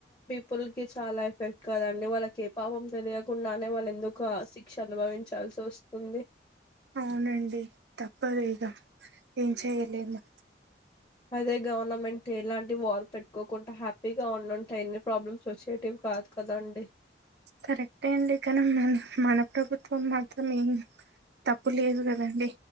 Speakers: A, on the left; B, on the right.
A: పుల్కి చాలా ఎఫెక్ట్ కదండి. వాళ్ళకి ఏ పాపం తెలియకుండానే. వాళ్ళు ఎందుకు శిక్ష అనుభవించాల్సి వస్తుంది.
B: అవునండి తప్పదు ఇగ ఏం చెయ్యలేము.
A: అదే గవర్నమెంట్ ఏలాంటి వార్ పెట్టుకోకుండా. హ్యాపీగా ఉం నింటేయ్. ఇన్ని ప్రాబ్లమ్స్ సోచేయేటివ్ కాదు కదా అండి.
B: కరెక్టే అండి. కనీ మన మన ప్రభుత్వం మాత్రం. ఏం తప్పు లేదు గదండి.